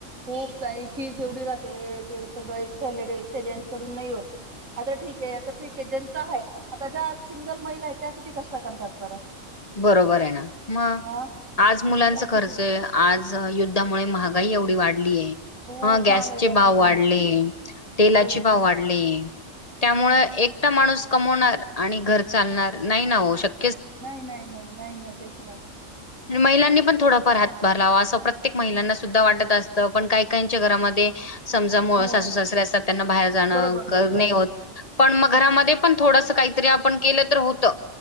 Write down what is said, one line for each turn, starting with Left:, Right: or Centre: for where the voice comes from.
Right: खूप ताई फीज एवढी राहते ते सगळं एक लेडी एकच्या जेन्स कडून नाही होत. आता ठीक आहे आता ठीक आहे ज्यांच हाय आता ज्या सिंगल महिला आहेत त्या किती कष्ट करतात बरं.
Left: बरोबर आहे ना. मग
Right: हा
Left: आज मुलांचा
Right: त्या
Left: खर्च
Right: किती
Left: आज युद्धामुळे महागाई एवढी वाढलीय
Right: खूप
Left: हा गॅसचे
Right: महागाई वाढून
Left: भाव
Right: गेली
Left: वाढले तेलाचे
Right: सगळंच
Left: भाव वाढ ले. त्यामुळे एकटा माणूस कमवणार आणि घर चालणार नाही ना हो शक
Right: नाही नाही नाही नाही ना तेच ना.
Left: आणि महिलांनी पण थोडाफार हात -- भार लावावा असं प्रत्येक महिलांना सुद्धा वाटत असतं. पण काही काहीच्या घरामध्ये समजा मुळ
Right: हो
Left: सासू सासरीे असतात त्यांना बाहेर जाणं
Right: बरोबर बरोबर
Left: नाही होत. पण मग घरामध्ये पण थोडसं काहीतरी आपण केलं तर होतं.